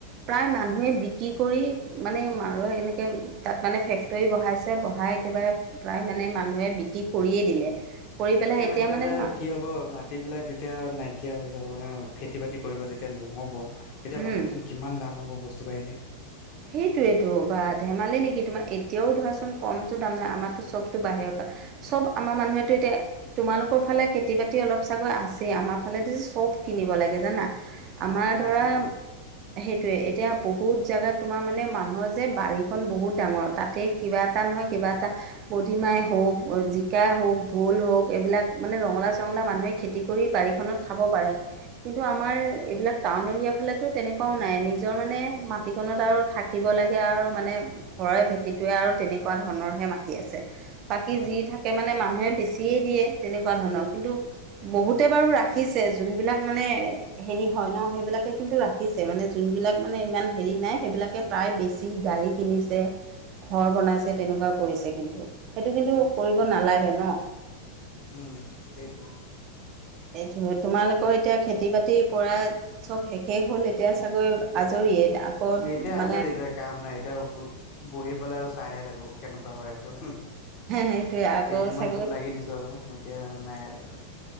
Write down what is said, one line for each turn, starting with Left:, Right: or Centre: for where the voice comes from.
Right: প্ৰায় মানুহে বিক্ৰী কৰি মানে মাৰ্চত এনেকে তাত মানে ফেক্টৰী বহাইছে বহাই একেবাৰে প্ৰায় মানে মানুহে বিক্ৰী কৰিয়ে দিলে। কৰি পেলাই
Left: এতিয়া
Right: মানে
Left: যে কি
Right: মান
Left: কি হ'ব মাটিবিলাক যেতিয়া নাইকিয়া হৈ যাব, মানে খেতি বাতি কৰিব যেতিয়া নহ'ব। তেতিয়া
Right: উম
Left: ভাবকচোন কিমান দাম হ'ব বস্তু বাহিনীৰ।
Right: সেইটোৱেতো বা ধেমালি নেকি তোমাৰ এতিয়াও ধৰাচোন কমটো দাম নহয়, আমাৰতো চবতটো বাহিৰৰ পৰা চব আমাৰ মানুহেতটো এতিয়া তোমালোকৰ ফালে খেতি বাতি অলপ চাগৈ আছে, আমাৰ ফালে চব কিনিব লাগে জানা। আমাৰ
Left: ফালে
Right: ধৰা
Left: আছে বাৰু খেতি বাতি
Right: সেইটোৱে এতিয়া বহুত জোগাত তোমাৰ মানে মানুহৰ যে বাৰীখন বহুত ডাঙৰ, তাতেই কিবা এটা নহয় কিবা এটা বদিমাই হওক জিকা হওক ভোল হওক এইবিলাক মানে ৰঙালাও-চঙালাও মানুহে খেতি কৰি বাৰীখনত খাব পাৰে। কিন্তু আমাৰ এইবিলাক টাউন এৰিয়া ফালেতো তেনেকুৱাও নাই নিজৰ মানে মাটি জীৱত আৰু থাকিব লাগে আৰু মানে ঘৰাই ভেটিটোৱে আৰু তেনেকুৱা ধৰণৰহে মাটি আছে। বাকী
Left: উম
Right: যি থাকে মানে মানুহে বেছিয়ে দিয়ে, তেনেকুৱা ধৰণৰ কিন্তু বহুতে বাৰু ৰাখিছে, যোনবিলাক মানে হেৰি হয় ন সেইবিলাকে কিন্তু ৰাখ ৰাখিছে মানে যোনবিলাক মানে ইমান হেৰি নাই, সেইবিলাকে প্ৰায় বেছি গাড়ী কিনিছে। ঘৰ বনাইছে তেনেকুৱাও কৰিছে, কিন্তু সেইটো কিন্তু কৰিব নালাগে ন।
Left: উম, সেইটোৱে।
Right: এই ধৰ তোমালোকৰ এতিয়া খেতি-বাতি কৰাৰ চব শেষে হ'ল এতিয়া চাগৈ আজৰিয়ে। আকৌ
Left: এতিয়া
Right: মানে
Left: আজৰি, এতিয়া কাম নাই। এতিয়া বহি পেলাই আৰু চাইহে থাকো কেনেকুৱা হৈ আছে। কেইদিনমান
Right: সেইটোৱে আকৌ চাগৈ
Left: খুব লাগি দিছো আৰু এতিয়া নাই আৰু কাম।